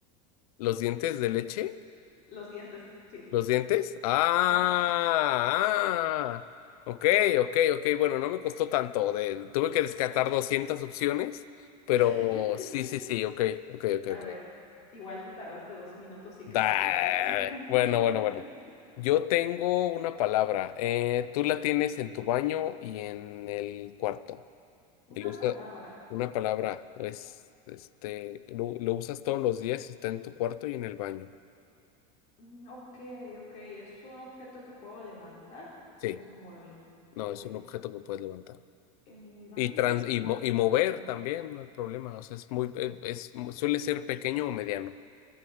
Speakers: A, on the left; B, on the left.
A: Los dientes de leche.
B: Los dientes, sí,
A: ¿Los dientes? Ah,
B: ajá.
A: ah. Ok, ok, ok. Bueno, no me costó tanto. de- tuve que descartar 200 opciones, pero
B: <laughs>
A: sí, sí, sí. Ok, ok, ok,
B: A
A: ok.
B: ver, igual te tardaste dos minutos y
A: Da-
B: cacho, ¿eh? <laughs>
A: Bueno, bueno, bueno. Yo tengo una palabra. eh, tú la tienes en tu baño y en el cuarto.
B: Una
A: Y lo usas,
B: palabra.
A: una palabra, es, este, lo, lo usas todos los días y está en tu cuarto y en el baño.
B: Mm, Ok, ok. ¿Es un objeto que puedo levantar
A: Sí,
B: o es un mueble?
A: no,
B: Ok.
A: es un objeto que puedes levantar.
B: En mi baño
A: Y, trans,
B: y en
A: y,
B: mi
A: mo-
B: cuarto.
A: y mover también, no hay problema. O sea, es muy, eh, es, suele ser pequeño o mediano.